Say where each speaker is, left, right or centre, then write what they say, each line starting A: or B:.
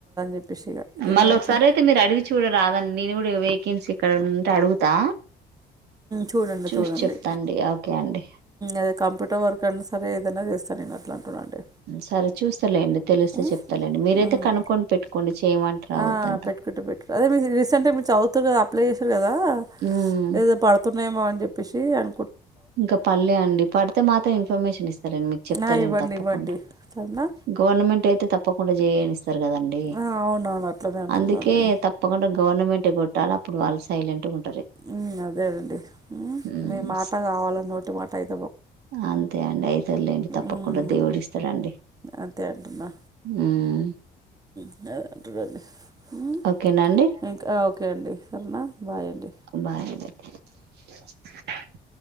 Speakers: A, on the right; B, on the right.
A: చెప్పేసి ఇగ ఏం
B: మళ్ళ
A: అడుగుతా
B: ఒకసారి అయితే మీరు అడిగి చూడ రాదండి నేను కూడా వేకెన్సీ ఎక్కడన్న అడుగుతా
A: చూడండి
B: చూసి
A: చూడండి
B: చెప్తా అండి. ఓకే అండి.
A: అదే కంప్యూటర్ వర్క్ ఎక్కడన్నా సరే ఎదన్నా చేస్తా నేను అట్లా అంటున్నాండి
B: సరే చూస్తలేండి తెలిస్తే
A: ఉమ్
B: చెప్తలేండి మీరైతే
A: ఉమ్.
B: కనుక్కొని పెట్టుకోండి చేయమంటరా
A: ఆ
B: వద్దంటరా
A: పెట్టుకుంటే పెట్టు అదే మీరు రీసెంట్గా మీరు చదువుతారు కదా అప్లై చేశారు కదా
B: ఉమ్
A: ఏదో పడుతున్నాయమో అని చెప్పి పేశి అను
B: ఇంకా పడలే అండి పడితే మాత్రం ఇన్ఫర్మేషన్ ఇస్తాలెండి మీకు చెప్తాలేండి
A: ఆ ఇవ్వండి
B: తప్పకుండా
A: ఇవ్వండి సరేనా
B: గవర్నమెంట్ అయితే తప్పకుండా జయ నిస్తా రు కదండి
A: ఆ అవునవును అట్లనే అంటున్నా
B: అందుకే
A: అండి
B: తప్పకుండా గవర్నమెంట్ కొ అప్పుడు వాళ్ళు సైలెంట్ గా ఉం
A: ఉ అదేనండి
B: ఉమ్,
A: మీ మా కావాల నొటి మాట అయి
B: అంతే అండి అయితదిలెండి తప్పకుండా
A: ఉమ్
B: దేవుడి ఇస్తడండి
A: అంతే అంటున్నా
B: ఉమ్
A: అ అంటదు <unintelligible>
B: ఓకేనా అండి
A: ఇంకా ఓకే అండి సరేనా బాయ్ అండి
B: బాయ్ అండి <inaudible>